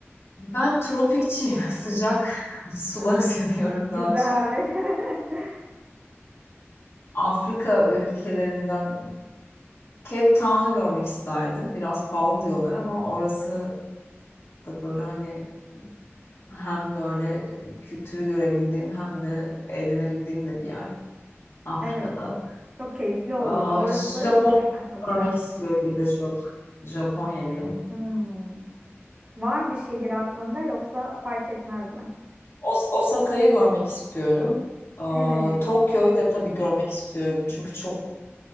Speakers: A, on the left; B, on the right.
A: Ben tropikçiyim. <laughs> Sıcak suları
B: Aa,
A: seviyorum
B: güzel.
A: daha çok.
B: <laughs>
A: Afrika ülkelerinden Cape Town'u görmek isterdim. Biraz pahalı diyorlar ama orası da böyle hani hem böyle kültürü görebildiğin hem de eğlenebildiğin de bir yer Afrika'da.
B: Evet. Çok keyifli olurdu.
A: Aa,
B: Orası
A: Japonya
B: gerçekten çok güzel.
A: görmek istiyorum bir de çok. Japonya'yı.
B: Hmm. Var mı bir şehir aklında yoksa fark etmez mi?
A: Os- Osaka'yı görmek istiyorum. Aa,
B: Evet,
A: Tokyo'yu da tabii görmek istiyorum. Çünkü çok